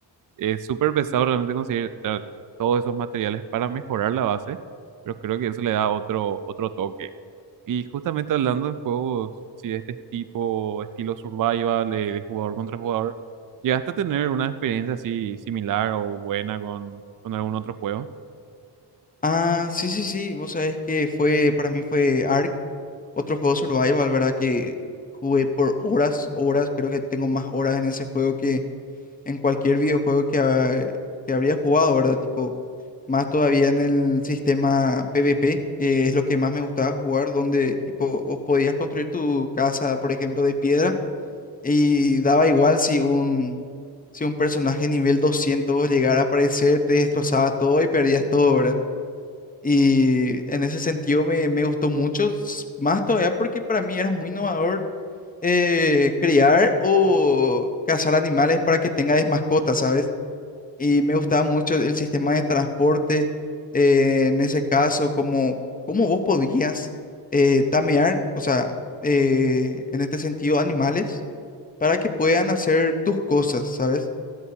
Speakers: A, on the right (about 50°); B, on the left (about 20°).
A: Es súper pesado realmente conseguir ta- todos esos materiales para mejorar la base, pero creo que eso le da otro, otro toque. Y justamente hablando de juegos así de este tipo, estilo survival, eh, de, jugador contra jugador, ¿llegaste a tener una experiencia así similar o buena con, con algún otro juego?
B: Ah, sí, sí, sí, vos sabés que fue, para mí fue Ark, otro juego survival, ¿verdad? Que jugué por horas, horas, creo que tengo más horas en ese juego en cualquier videojuego que, ha- que habría jugado, ¿verdad? Tipo, más todavía en el sistema PvP, que es lo que más me gustaba jugar, donde tipo vos podías construir tu casa, por ejemplo, de piedra y daba igual si un si un personaje nivel 200 llegara a aparecer, te destrozaba todo y perdías todo, ¿verdad? Y en ese sentido me, me gustó mucho, s- más todavía porque para mí era muy innovador eh, criar o cazar animales para que tengas mascotas, ¿sabes? y me gustaba mucho el sistema de transporte eh, en ese caso, como cómo vos podías eh, tamear, o sea, eh, en este sentido, animales para que puedan hacer tus cosas, ¿sabes?